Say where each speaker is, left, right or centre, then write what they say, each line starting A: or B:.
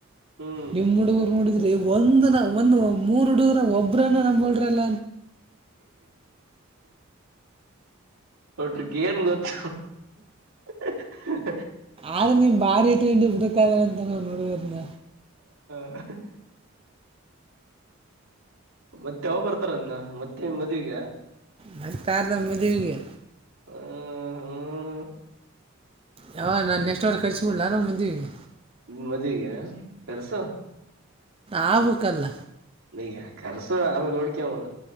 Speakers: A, on the right; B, on the right.
A: ಹ್ಮ್
B: ನಿಮ್ಮ ಹುಡುಗರು ನೋಡಿದರ. ಈ ಒಂದ ನ ಒಂದು ಮೂರು ಹಡುಗನ ಒಬ್ಬ್ರನ್ನ ನಂಬೋರ ಅಲ್ಲ.
A: ಒಟ್ರಕ್ಕೆ ಏನ್ ಗೊತ್ತ. <unintelligible>
B: ಆದ್ರ ನಿಮ್ ಬಾರಿ ಟ್ರಂಡ ಹುಡಕ್ಾದ್ರ ಅಂತ ನಾವ್ ನೋಡ್ದರ್ನ.
A: <unintelligible> ಮತ್ತೆ ಯಾವಾಗ ಬರ್ತಾರಂನ ಮತ್ತ ಏನ್ ಮದುವಿಗ.
B: ಮತ್ತ ಯಾರದ ಮದುವಿಗಿ.
A: ಹ್ಮ ಹ್ಮ.
B: ಯಾವ ನಾನ್ ನೆಕ್ಸ್ಟ್ ವಾರ ಕಳಿಸಿ ಕೊಡ್ಲಾ ಮದುವಿಗಿ.
A: ಹ್ಮ್ಮ್ ಮದುವಿಗ್ಯಾ ಕರ್ಸೋ.
B: ಆಗಬೇಕಲ್ಲ
A: ನ ಕರ್ಸ ಆಮೇಲ್ ನೋಡ್ಕೋ ಅವನ್ನ